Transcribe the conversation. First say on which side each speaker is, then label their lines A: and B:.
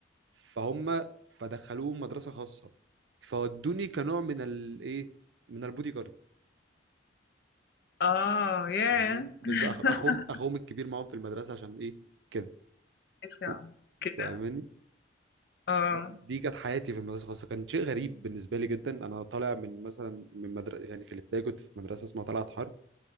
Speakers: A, on the right (about 65°); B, on the left (about 60°).
A: فهم فدخلوهم مدرسه خاصه فودوني كنوع من الايه من البودي جارد
B: اه ياه
A: فاهماني بس
B: <laughs>
A: أخ... اخوهم اخوهم الكبير معاهم في المدرسه عشان ايه كده
B: إشعة.
A: و-
B: كده
A: فاهماني
B: اه
A: لا دي كانت حياتي في المدرسه الخاصه كان شيء غريب بالنسبه لي جدا انا طالع من مثلا من مدرسه يعني في الابتدائي كنت في مدرسه اسمها طلعت حرب